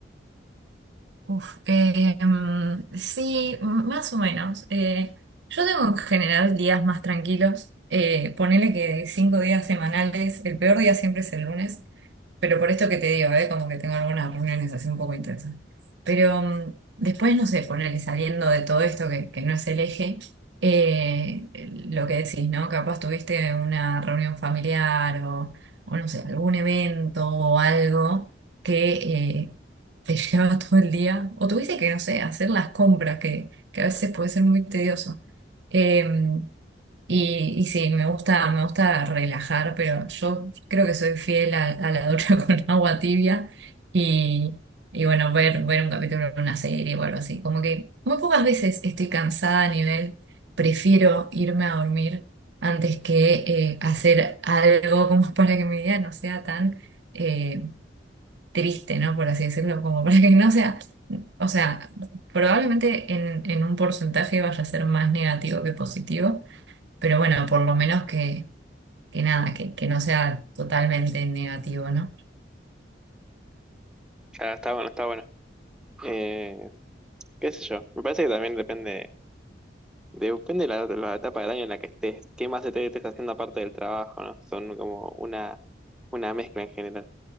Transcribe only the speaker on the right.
Uf, eh, mm, sí, m- más o menos. Eh, yo tengo en general días más tranquilos. Eh, ponele que de cinco días semanales, el peor día siempre es el lunes. Pero por esto que te digo, ¿eh? Como que tengo algunas reuniones así un poco intensas. Pero mm, después, no sé, ponerle saliendo de todo esto que, que no es el eje, eh, lo que decís, ¿no? Capaz tuviste una reunión familiar o, o no sé, algún evento o algo que eh, te <laughs> llevaba todo el día. O tuviste que, no sé, hacer las compras, que, que a veces puede ser muy tedioso. Em, y, y sí, me gusta, me gusta relajar, pero yo creo que soy fiel a, a la ducha <laughs> con agua tibia y, y bueno, ver, ver un capítulo de una serie o algo así. Como que muy pocas veces estoy cansada a nivel, prefiero irme a dormir antes que eh, hacer algo como <laughs> para que mi día no sea tan eh, triste, ¿no? Por así decirlo, como para que no sea, o sea, probablemente en, en un porcentaje vaya a ser más negativo que positivo pero bueno, por lo menos que, que nada, que, que no sea totalmente negativo, ¿no?